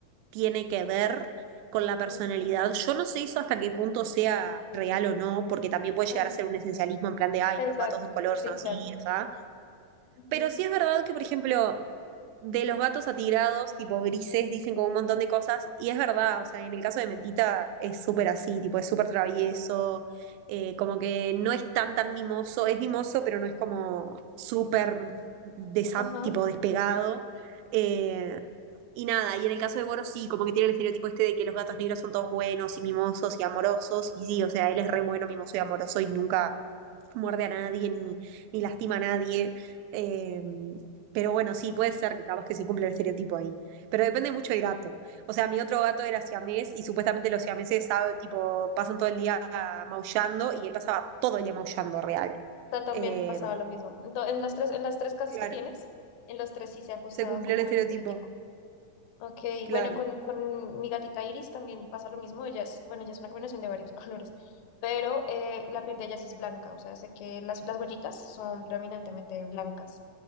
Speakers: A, on the right; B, on the left.
A: tiene que ver con la personalidad.
B: Mm,
A: Yo no sé eso hasta qué punto sea real o no, porque también puede
B: Claro,
A: llegar a ser un esencialismo en plan de, ay,
B: exacto,
A: los gatos de un color
B: sí,
A: son así,
B: claro.
A: ¿sabes?
B: Ujú,
A: Pero sí es verdad que, por ejemplo, de los gatos atirados, tipo grises, dicen como un montón de cosas, y es verdad, o sea, en el caso de Mentita es súper así, tipo, es súper travieso, eh, como que no es tan tan mimoso, es mimoso, pero no es como súper desa-
B: Ajá,
A: tipo
B: o
A: despegado. eh, y nada, y en el caso de Boros sí, como que tiene el estereotipo este de que los gatos negros son todos buenos y mimosos y amorosos, y sí, o sea, él es re bueno, mimoso y amoroso y nunca muerde a nadie ni, ni lastima a nadie. Eh, pero bueno, sí, puede ser que capaz que se cumpla el estereotipo ahí. Pero depende mucho del gato. O sea, mi otro gato era siamés y supuestamente los siameses sabe, tipo, pasan todo el día maullando y él pasaba todo el día maullando real.
B: sea, también
A: Eh,
B: te pasaba lo mismo. Entonces, en los tres, en las tres casas
A: claro,
B: que tienes, en los tres sí se ha ajustado
A: se cumplió
B: como
A: el estereotipo,
B: al estereotipo. Ok,
A: claro.
B: bueno, con, con mi gatita Iris también pasa lo mismo. Ella es, bueno, ella es una combinación de varios <laughs> colores, pero eh, la piel de ella sí es blanca, o sea, sé que las, las huellitas son predominantemente blancas